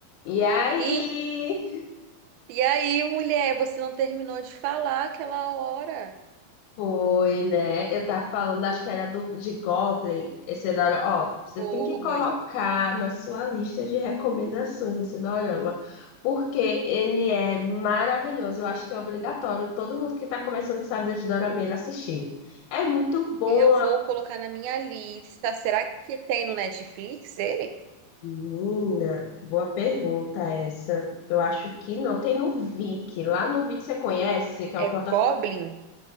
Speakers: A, on the left; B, on the right.
A: E aí,
B: E, e aí, mulher, você não terminou de falar aquela hora?
A: foi, né? Eu tava falando, acho que era do, de Goblin. Esse dorama, ó, você
B: Foi.
A: tem que colocar na sua lista de recomendações esse dorama, porque ele é maravilhoso. Eu acho que é obrigatório todo mundo que tá começando essa vida de dorameira assistir. É muito bom,
B: Eu vou
A: a-
B: colocar na minha lista. Será que tem no Netflix ele?
A: menina. Boa pergunta essa. Eu acho que não. Tem no Viki. Lá no Viki você conhece, que é
B: É
A: uma plataforma.
B: Goblin?